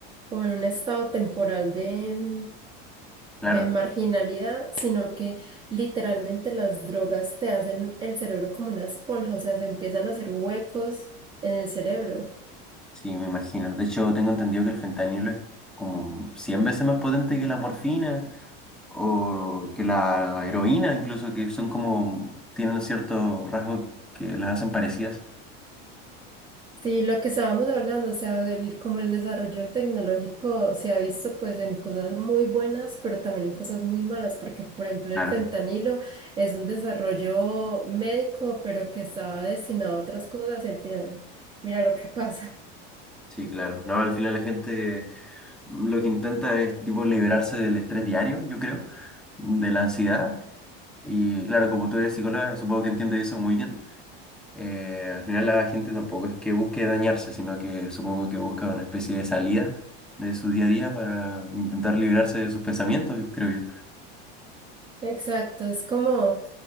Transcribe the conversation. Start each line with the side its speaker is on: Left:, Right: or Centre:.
Right: como en un estado temporal de,
Centre: Claro,
Right: de marginalidad, sino que literalmente las drogas te hacen el cerebro como una esponja, o sea, se empiezan a hacer huecos en el cerebro.
Centre: sí, me imagino. De hecho, tengo entendido que el fentanilo es como 100 veces más potente que la morfina o que la heroína, incluso, que son como, tienen cierto rasgo que las hacen parecidas.
Right: Sí, lo que estábamos hablando, o sea, el- como el desarrollo tecnológico se ha visto pues en cosas muy buenas, pero también en cosas muy malas, porque por ejemplo
Centre: Claro,
Right: el fentanilo es un desarrollo médico, pero que estaba destinado a otras cosas y al final, mira lo que pasa.
Centre: sí, claro. No, al final la gente Lo que intenta es tipo liberarse del estrés diario, yo creo, de la ansiedad. Y claro, como tú eres psicóloga, supongo que entiendes eso muy bien. Eh, al final la gente tampoco es que busque dañarse, sino que supongo que busca una especie de salida de su día a día para intentar liberarse de sus pensamientos, creo yo.
Right: Exacto, es como,